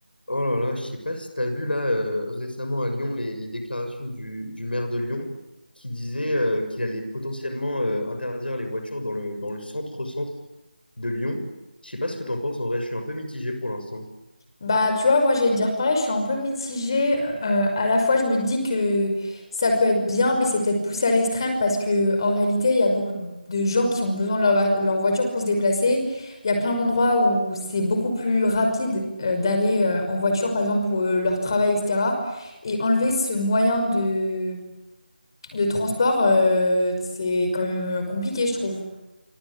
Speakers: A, on the left (about 75°); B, on the left (about 30°).
A: Oh là là, je sais pas si tu as vu là euh, récemment à Lyon les, les déclarations du, du maire de Lyon qui disait euh, qu'il allait potentiellement euh, interdire les voitures dans le, dans le centre-centre de Lyon. Je sais pas ce que tu en penses, en vrai, je suis un peu mitigé pour l'instant.
B: Bah, tu vois, moi, j'allais te dire pareil, je suis un peu mitigée. Euh, à la fois, je me dis que ça peut être bien, mais c'est peut-être poussé à l'extrême parce que en réalité, il y a beaucoup de gens qui ont besoin de leur, va- leur voiture pour se déplacer. Il y a plein d'endroits où c'est beaucoup plus rapide euh, d'aller euh, en voiture, par exemple, pour euh, leur travail, etc. Et enlever ce moyen de, de transport, euh, c'est quand même euh, compliqué, je trouve.